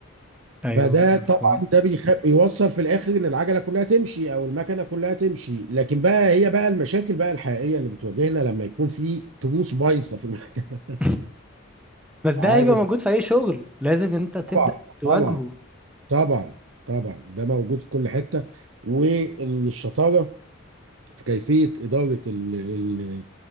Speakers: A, on the right; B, in the centre.
A: فده
B: ايوه مفهوم
A: طبعا ده بيخ... بيوصل في الاخر ان العجله كلها تمشي او المكنه كلها تمشي لكن بقى هي بقى المشاكل بقى الحقيقيه اللي بتواجهنا لما يكون في تروس بايظه في المكنه
B: <laughs> بس ده
A: عارف
B: هيبقى موجود في اي شغل لازم انت تبدأ
A: طبعا
B: تواجهه
A: طبعا طبعا طبعا ده موجود في كل حته والشطاره في كيفيه اداره ال- ال-